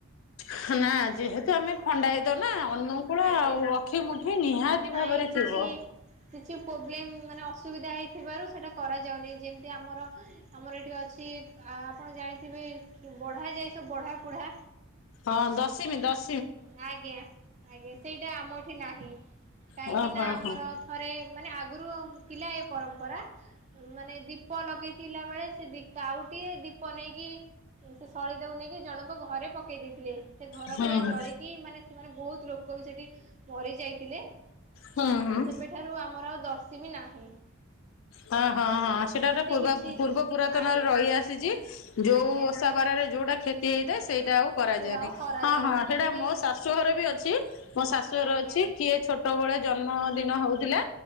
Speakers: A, on the left (about 65°); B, on the right (about 35°).
A: ହୁଁ ନା ଯେହେତୁ ଆମେ ଖଣ୍ଡାୟତ ନା ଅନୁକୂଳ
B: ଆଜ୍ଞା
A: ଆଉ ଅଖି ମୁଠି ନିହାତି
B: ନାଇଁ
A: ଭାବରେ
B: କିଛି
A: ଥିବ।
B: କିଛି ପ୍ରୋବ୍ଲେମ ମାନେ ଅସୁବିଧା ହେଇଥିବାରୁ ସେଇଟା କରାଯାଉନି ଯେମିତି ଆମର ଏ ଆମର ଏଠି ଅଛି ଆ ଆପଣ ଜାଣିଥିବେ ବଢା ଯାଏ ସବୁ ବଢା କୁଢା
A: ହଁ ଦଶମୀ ଦଶ
B: ଆଜ୍ଞା ଆଜ୍ଞା ସେଇଟା ଆମଠି ନାହିଁ କାହିଁକି
A: ଓହୋ ହଁ
B: ନା
A: ହଁ
B: ଆମର ଥରେ ମାନେ ଆଗରୁ ଥିଲା ଏ ପରମ୍ପରା ମାନେ ଦୀ ଦୀପ ଲଗେଇଥିଲା ବେଳେ ସେ ଦୀ ଆଉ ଟିକେ ଦୀପ ନେଇକି ସେ ଶଳିତା କୁ ନେଇକି ଜଣଙ୍କ ଘରେ ପକେଇ ଦେଇ ଥିଲେ ସେ ଘର
A: ହଁ
B: ପୁରା ଜଳକି ମାନେ ସେମାନେ ବହୁତ ଲୋକ ବି ସେଠି ମରି ଯାଇଥିଲେ।
A: ହଁ ହଁ
B: ସେବେଠାରୁ ଆମର ଆଉ ଦଶମୀ ନାହିଁ।
A: ହଁ ହଁ ହଁ ସେଟା
B: ସେମିତି
A: ଗୋଟେ ପୂର୍ବ
B: କିଛି
A: ପୂର୍ବ ପୁରାତନରେ
B: ଆଜ୍ଞା
A: ରହିଆସିଚି ଯୋଉସା
B: ଆଜ୍ଞା
A: ବାରରେ ଯୋଉଟା କ୍ଷତି ହେଇଥାଏ ସେଇଟା ଆଉ କରାଯାଏନି
B: ସେ ଆଉ କରାଯାଏନି
A: ହଁ ହଁ
B: ସେମିତି
A: ସେଇଟା ମୋ ଶାଶୁଘର ବି ଅଛି। ମୋ ଶାଶୁଘର
B: ଆଜ୍ଞା
A: ଅଛି କିଏ ଛୋଟ ବେଳେ ଜନ୍ମ ଦିନ ହଉଥିଲା